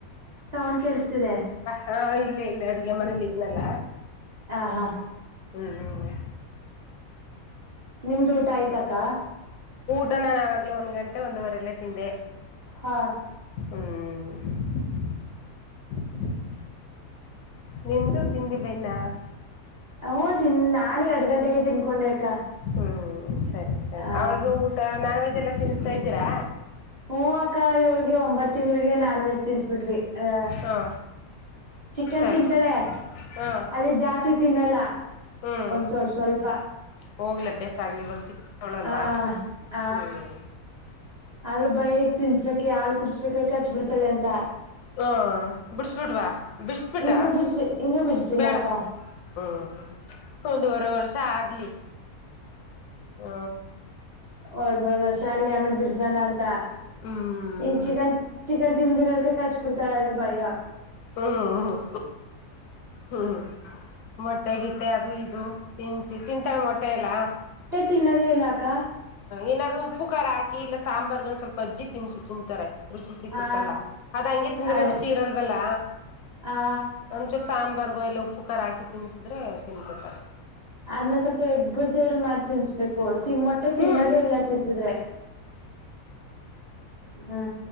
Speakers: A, on the right; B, on the left.
A: ಸೌಂಡ್ ಕೆಡಿಸತಿದೆ
B: ಹಾ ಇಲ್ಲೇ ಇಲ್ಲ ಅಡುಗೆ ಮನೇಲಿ ಇದ್ನಲ್ಲ
A: ಆ ಹಾ
B: ಹ್ಮ ಹ್ಮ
A: ನಿಮ್ದು ಊಟ ಆಯ್ತಾಕ್ಕ
B: ಅದ ನಾನ್ ಆವಾಗ್ಲೇ ಒಂದ್ ಗಂಟೆ ಒಂದುವರೆಲ್ಲೇ ತಿಂದೆ
A: ಹಾ
B: ಹ್ಮ <unintelligible> ನಿಂದು ತಿಂದಿಲ್ವಾ ಇನ್ನ
A: ಓ ತಿನ್ ನಾನ್ ಎರಡು ಗಂಟೆಗೆ ತಿನ್ಕೊಂಡೆ ಅಕ್ಕ
B: ಹ್ಮ್ ಸರಿ ಸರಿ
A: ಆ
B: ಅವಳಿಗೆ ಊಟ ನಾನ್ವೆಜ್ ಎಲ್ಲಾ ತಿನ್ನುತ್ತಾ ಇದ್ದೀರಾ
A: ಹ್ಮ ಅಕ್ಕ ಏಳ್ಗೆ ಒಂಬತ್ ತಿಂಗಳಿಗೆ ನಾನ್ ವೆಜ್ ತಿನ್ನಿಸಿಬಿಟ್ವಿ ಹ
B: ಹಾ
A: ಚಿಕನ್
B: ಸರಿ
A: ತಿಂತಾಳೆ
B: ಸರಿ ಹಾ
A: ಅದೇ ಜಾಸ್ತಿ ತಿನ್ನಲ್ಲ
B: ಹ್ಮ್
A: ಒಂದ್ಸವ ಸ್ವಲ್ಪ
B: ಹೋಗ್ಲಿ ಅಭ್ಯಾಸ ಆಗ್ಲಿ ಇವಾಗ ಚಿಕ್ಕವಳಲ್ವಾ
A: ಹಾ ಹ
B: ಹ್ಮ್
A: ಆದ್ರೂ ಭಯ ತಿನ್ಸಕೆ ಹಾಲು ಕುಡಿಸಬೇಕಾದರೆ ಕಚ್ ಬಿಡ್ತಾಳೆ ಅಂತ
B: ಹ್ಮ ಬಿಡ್ಸ್ಬಿಡ್ವಾ ಬಿಡ್ಸ್ಬಿಟಾ
A: ಇನ್ನು ಬಿಡ್ಸಿ ಇನ್ನುೂ ಬಿಡ್ಸಿಲ್ಲ
B: ಬೇಡ
A: ಅಕ್ಕ
B: ಹ್ಮ ಒಂದುವರೆ ವರ್ಷ ಆಗ್ಲಿ ಹ್ಮ
A: ಹೌದ್ ಹೌದು ಶಾಲಿ ಆಮೇಲೆ ಬಿಡ್ಸೋಣ ಅಂತ ಹ
B: ಹ್ಮ್
A: ಇನ್ ಚಿಕನ್ ಚಿಕ್ ಈಗ ತಿಂದದಿರೋಕ ಕರ್ಚ್ ಬಿಡ್ತಾಳ ಅದ ಭಯ
B: ಹ್ಮ್ ಹ್ಮ್ ಮೊಟ್ಟೆ ಗಿಟ್ಟೆ ಅದು ಇದು ತಿನ್ಸಿ ತಿಂತಾರೆ ಮೊಟ್ಟೆ ಎಲ್ಲ
A: ತಿನ್ನದೇ ಇಲ್ಲ ಅಕ್ಕ
B: ಏನಾದ್ರು ಉಪ್ಪು ಖಾರ ಹಾಕಿ ಇಲ್ಲ ಸಾಂಬಾರ್ಗ ಒಂದ ಸ್ವಲ್ಪ ಅಜ್ಜಿ ತಿನಿಸು ತಿಂತಾರೆ ರುಚಿ ಸಿಕ್ಕುತ್ತಲ್ಲ
A: ಹಾ
B: ಅದ ಹಂಗೆ ತಿಂದ್ರೆ
A: ಅದೇ
B: ರುಚಿ ಇರಲ್ವಲ್ಲ
A: ಆ
B: ಒಂದಚೂರು ಸಾಂಬಾರ್ <unintelligible> ಇಲ್ಲ ಉಪ್ಪು ಕರ ಹಾಕಿ ತಿನ್ಸಿದ್ರೆ ತಿನ್ಕೊತಾರೆ
A: ಅದ್ನ ಸ್ವಲ್ಪ ಎಗ್ಬುರ್ಜಿಯವ್ರು ಮಾತ್ ತಿನ್ಸ್ಬೇಕು ದು ತಿನ್ ಮೊಟ್ಟೆ
B: ಹ್ಮ್
A: ತಿನ್ನದೇ ಇಲ್ಲ ತಿನ್ಸಿದ್ರೆ ಹ್ಮ